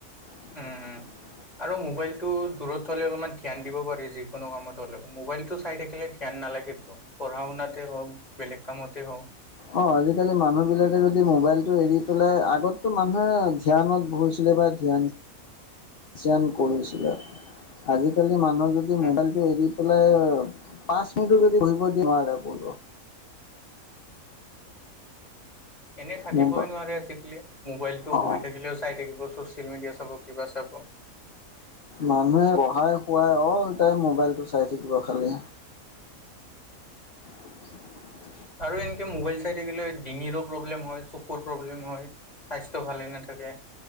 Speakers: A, on the left; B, on the left.
A: <unintelligible>
B: উম, উম। আৰু মোবাইলটো দূৰত থ'লে অলপমান ধ্যান দিব পাৰি যিকোনো কামত হ'লেও, মোবাইলটো চাই থাকিলে ধ্যান নালাগেটো, পঢ়া-শুনাতে হওক, বেলেগ কামতে হওক,
A: অ আজিকালি মানুহবিলাকে যদি মোবাইলটো এৰি পেলাই আগতটো মানুহে ধ্যানত বহিচিলে বা ধ্যান <unintelligible> কৰিছিলে। আজিকালি মানুহক যদি
B: উম,
A: মোবাইলটো এৰি পেলাই পাঁচ মিনিটো, যদি বহিব দিয়ে, নোৱাৰে বহিব।
B: এনে থাকিবই
A: মোবা
B: নোৱাৰে আজিকালি, মোবাইলটো
A: অ
B: বহি থাকে লেও চাই থাকিব, ছচিয়েল মিডিয়া চাব, কিবা চাব।
A: মানুহে পঢ়াই শুৱাই অল টাইম মোবাইলটো চাই থাকিব খালি। <unintelligible>
B: আৰু এনেকে মোবাইল চাই থাকিলে, ডিঙিৰো প্ৰব্লেম হয়, চকুৰ প্ৰব্লেম হয় স্বাস্থ্য ভালেই নাথাকে।